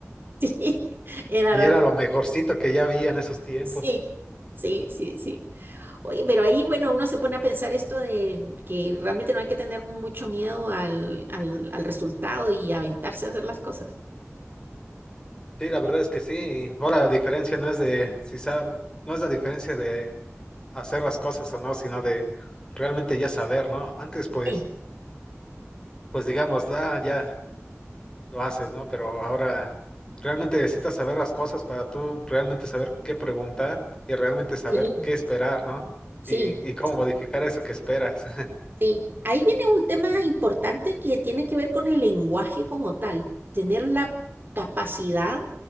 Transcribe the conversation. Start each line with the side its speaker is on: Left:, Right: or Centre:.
Right: sí, era
Left: Y
Right: realmente...
Left: era lo mejorcito que ya había en esos tiempos.
Right: Sí, sí, sí, sí. Oye, pero ahí, bueno, uno se pone a pensar esto de que realmente no hay que tener mucho miedo al, al, al resultado y aventarse a hacer las cosas.
Left: Sí, la verdad es que sí. Ahora la diferencia no es de si sabe, no es la diferencia de hacer las cosas o no, sino de realmente ya saber, ¿no? Antes pues,
Right: Sí,
Left: pues digamos, ah, ya lo haces, ¿no? Pero ahora realmente necesitas saber las cosas para tú realmente saber qué preguntar y realmente saber
Right: sí.
Left: qué esperar, ¿no?
Right: Sí,
Left: Y, y cómo
Right: sí,
Left: modificar eso que esperas.
Right: sí. Ahí viene un tema importante que tiene que ver con el lenguaje como tal, tener la capacidad